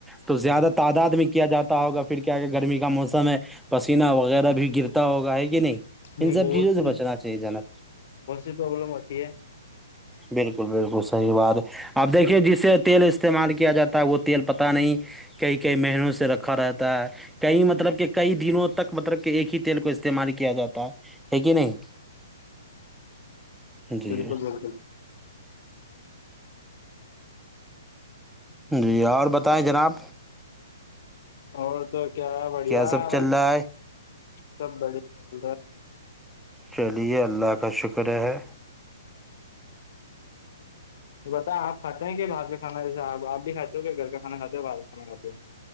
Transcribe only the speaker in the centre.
تو
زیادہ تعداد میں کیا جاتا ہوگا پھر کیا کہ گرمی کا موسم ہے پسینہ وغیرہ بھی گرتا ہوگا ہے کہ نہیں
ان سب
چیزوں سے
بچنا چاہیے جناب
بالکل بالکل صحیح بات آپ دیکھیے جسے تیل استعمال کیا جاتا ہے وہ تیل پتا نہیں کئی کئی مہنوں سے رکھا رہتا ہے کئی مطلب کہ کئی دنوں تک مطلب کہ ایک ہی تیل کو استعمال کیا جاتا ہے ہے کہ نہیں جی
جی اور بتائیں جناب
سب
چل رہا ہے
چلیے اللہ کا شکر ہے